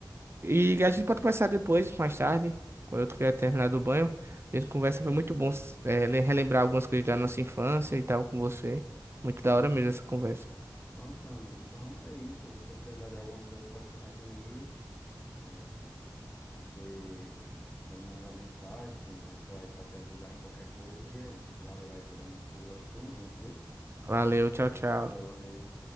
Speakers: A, on the right (about 30°); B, on the left (about 15°).
A: E a gente pode conversar depois, mais tarde, quando eu tiver terminado o banho. A gente conversa, foi muito bom, é, le- relembrar algumas coisas da nossa infância e tal com você. Muito da hora mesmo essa conversa.
B: Pronto, meu amigo. Então é isso. Se você precisar de alguma coisa, pode contar comigo. É, você pode me mandar mensagem, que eu tô aí pra te ajudar em qualquer coisa. E é isso. Valeu aí pela nossa conversa. Tamo junto, viu?
A: Valeu, tchau, tchau.
B: Valeu, valeu.